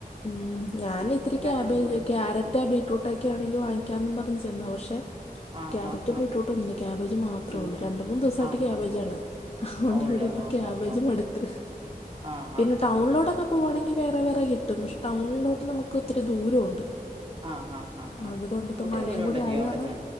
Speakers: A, on the left; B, on the right.
A: ഉം ഞാനിത്തിരി
B: എല്ലാത്തിനും
A: ക്യാബേജ്
B: കൂടി
A: ക്യാര റ്റ ബീട്രൂട്ടൊക്കെ ആണെങ്കിൽ വാങ്ങിക്കാന്നും പറഞ്ഞു ചെന്നാ പക്ഷെ
B: ആഹ്
A: ക്യാരറ്റും
B: ആഹ് ആഹ്
A: ബീട്രൂട്ടുംന്നുല്ല ക്യാബേജ് മാ ത്രൊള്ളൂ
B: ഇല്ല
A: രണ്ട് മൂന്ന് ദിവസായിട്ട്
B: ആഹ്
A: ക്യാബേജാണ്
B: ആഹ്
A: അതുകൊണ്ട്
B: ഉള്ള്
A: ഇവിടെ ഇപ്പ
B: ഓഹോ
A: ക്യാബേജ്
B: ഹോ
A: മടുത്ത്
B: ആഹ്
A: പിന്നെ
B: ആഹ്
A: ടൗണിലോട്ടൊക്കെ
B: ആഹ്
A: പോവാണെങ്കി വേറെ വേറെ കിട്ടും പക്ഷെ ടൗണിലോട്ട് നമുക്ക് ഒത്തിരി ദൂരം ഉണ്ട്
B: ആഹ് ആഹ് ആഹ് ആഹ് ആഹ്
A: അതുകൊണ്ട് ഇപ്പ
B: ഒത്തിരി
A: മഴയും
B: ദൂരം
A: കൂടി
B: ഉണ്ടല്ലയോ
A: ആയത്
B: അവിടുന്ന്
A: കാരണം